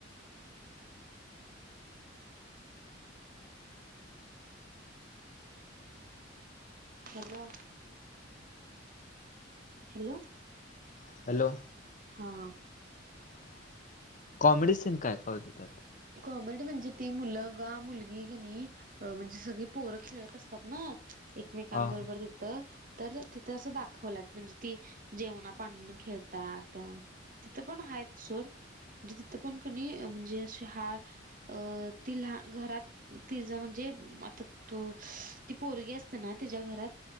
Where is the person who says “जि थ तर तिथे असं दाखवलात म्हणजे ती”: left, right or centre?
Right